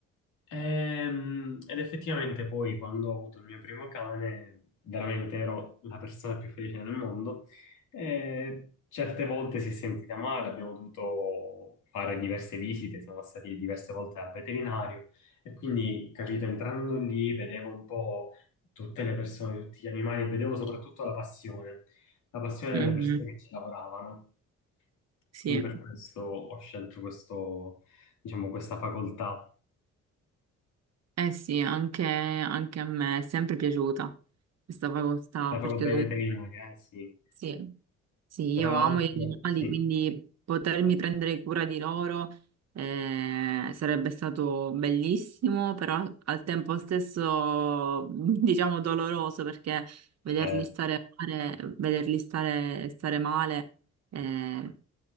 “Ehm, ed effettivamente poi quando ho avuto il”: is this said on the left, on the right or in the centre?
Left